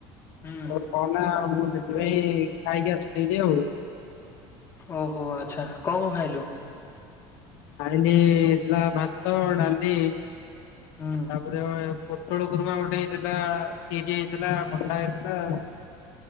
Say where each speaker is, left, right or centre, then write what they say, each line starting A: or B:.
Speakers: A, on the left; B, on the left.
A: ହୁଁ
B: ଆଉ କହନା ମୁଁ ସେଥିପାଇଁ ଖାଇକି ଆସଥିଲି ଆଉ
A: ଓହୋ ଆଚ୍ଛା, କଣ କଣ ଖାଇଲୁ?
B: ଖାଇଲି ହେଇଥିଲା ଭାତ, ଡାଲି,
A: ହୁଁ
B: ଶା ଗ ପୋଟଳ ଗୁରୁମା ଗୋଟେ ହେଇଥିଲା, କିଜି ହେଇଥିଲା, କଟା ହେଇଥିଲା ଆଉ